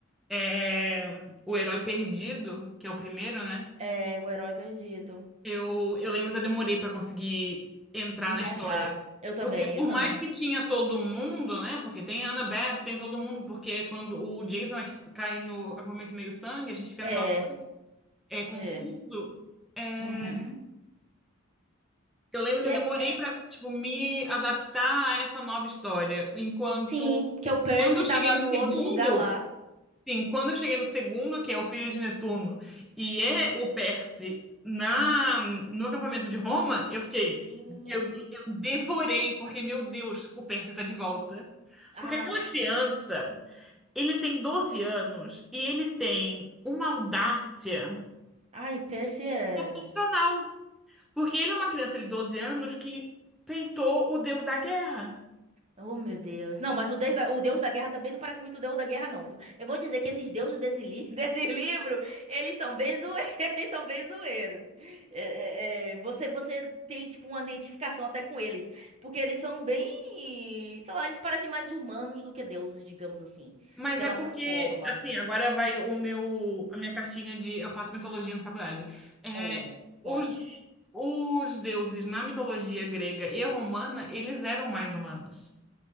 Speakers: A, in the centre; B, on the right.
A: é, o Herói Perdido, que é o primeiro, né?
B: é, o herói perdido.
A: Eu, eu lembro que eu demorei pra conseguir entrar
B: Engajar.
A: na história.
B: Eu também,
A: Porque por
B: eu também.
A: mais que tinha todo mundo, né? Porque tem a Annabeth, tem todo mundo, porque quando o Jason é que cai no acampamento meio-sangue, a gente fica
B: É,
A: naquela coisa, é confuso.
B: é.
A: É,
B: Uhum.
A: eu lembro que
B: E
A: eu demorei
B: É, é,
A: pra, tipo, me adaptar a essa nova história. Enquanto
B: sim, que o Percy
A: quando eu
B: tava
A: cheguei no
B: no
A: segundo,
B: outro lugar lá.
A: Sim, quando eu cheguei no segundo, que é o filho de Netuno, e é o Perse na, no acampamento de Roma, eu fiquei.
B: Sim.
A: Eu, eu devorei, porque, meu Deus, o Perse tá de volta.
B: Ah,
A: Porque aquela criança, ele tem 12 anos e ele tem uma audácia
B: ai, Percy é.
A: proporcional. Porque ele é uma criança de 12 anos que peitou o deus da guerra.
B: Oh, meu Deus. Não, mas o Deus da, o Deus da Guerra também não parece muito o Deus da Guerra, não. viu? Eu vou dizer que esses deuses desse, li- <laughs> desse livro, eles são bem, zoe- <laughs> eles são bem zoeiros. É, é, é, você, você tem, tipo, uma identificação até com eles. Porque eles são bem... Sei lá, eles parecem mais humanos do que deuses, digamos assim.
A: Mas
B: Pela
A: é porque,
B: forma.
A: assim, agora vai o meu, a minha cartinha de eu faço mitologia na faculdade. É,
B: Oh, conte.
A: os, os deuses na mitologia grega e romana, eles eram mais humanos.